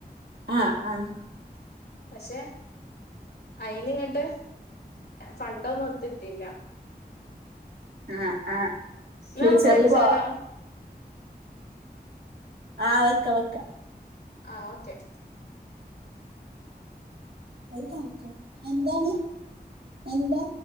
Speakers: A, on the right (about 70°); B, on the left (about 80°).
A: ആഹ് ആഹ്.
B: പക്ഷെ അയിനിങ്ങട്ട് ഫണ്ട് ഒന്നും ഒത്ത്‌ കിട്ടിയില്ല
A: ആഹ് ആഹ്.
B: ന്നാമ്മക്ക്
A: ഫ്യൂച്ചറില്
B: വെച്ചാലോ
A: പോവാ ആഹ് വെക്ക വെക്ക.
B: ആഹ് ഓക്കെ.
A: ഒര് <unintelligible> എന്താണ് എന്താ?